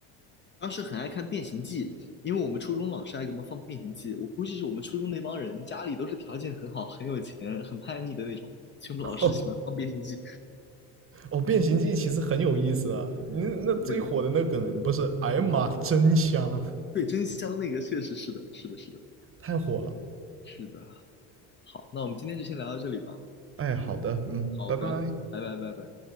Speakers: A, on the left; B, on the right.
A: 当时很爱看《变形计》，因为我们初中老师爱给我们放《变形计》，我估计是我们初中那帮人家里都是条件很好、很有钱、很叛逆的那种，所以我们老师喜欢放《变形计》。
B: <laughs> 哦。哦，变形记其实很有意思啊。那那最火的那梗不是“哎呀妈，
A: 对的，
B: 真香”，
A: 对，真香，那个确实是的，是的，是的，
B: 太火了。
A: 是的。好，那我们今天就先聊到这里吧。
B: 哎，好的，嗯，
A: 好的，
B: 拜拜。
A: 拜拜，拜拜。